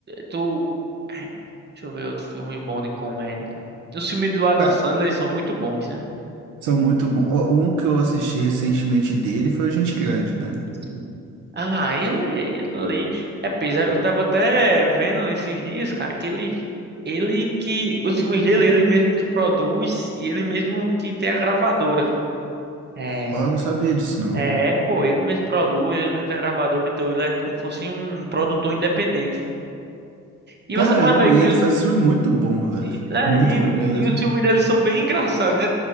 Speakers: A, on the right; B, on the right.
A: tu. é, Deixa eu ver outro filme bom de comédia, cara. Os filmes do Adam
B: Cara,
A: Sandler eles são muito bons, né?
B: são muito bons. Ó, Um que eu assisti recentemente dele foi o Gente Grande, né?
A: Sim. Ah, ele, ele ali é pesado. Eu tava até vendo esses dias, cara, que ele, ele que os filmes dele, ele mesmo que produz e ele mesmo que tem a gravadora. É.
B: Ó, eu não sabia disso, não.
A: É, pô, ele mesmo produz, ele mesmo tá gravador, então ele é como se fosse um produtor independente. E
B: Caramba,
A: você pode ver
B: e
A: que
B: ele
A: os,
B: faz filme muito bom, velho.
A: e, é,
B: Muito
A: e,
B: bom mesmo.
A: e os filmes deles são bem engraçados, né?